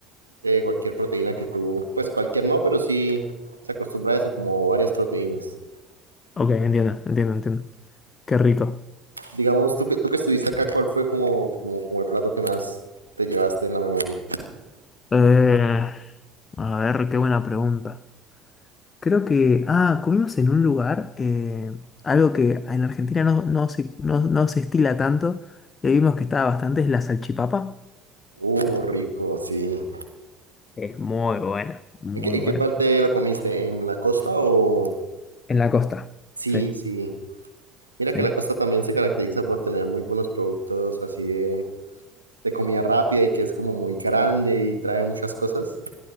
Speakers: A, on the right; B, on the left.
A: eh, cualquier proteína que tú, pues cualquier no, pero sí se acostumbra a eso, como varias proteínas.
B: Ok, entiendo, entiendo, entiendo. Qué rico.
A: Digamos, tú que, tú que estuviste acá, ¿cuál fue como, como, como el plato que más te llevaste en la memoria?
B: Eh, a ver, qué buena pregunta. Creo que, ah, comimos en un lugar, eh, algo que en Argentina no, no se, no, no se estila tanto, y ahí vimos que estaba bastante, es la salchipapa.
A: Uh, rico, sí.
B: Es muy buena, muy
A: ¿En qué, en
B: buena.
A: qué parte lo comiste? ¿En la costa o...?
B: En la costa.
A: Sí,
B: Sí,
A: sí. Mira
B: sí.
A: que la costa también se caracteriza por tener muy buenos productos así de, de comida rápida y que es como muy grande y trae muchas cosas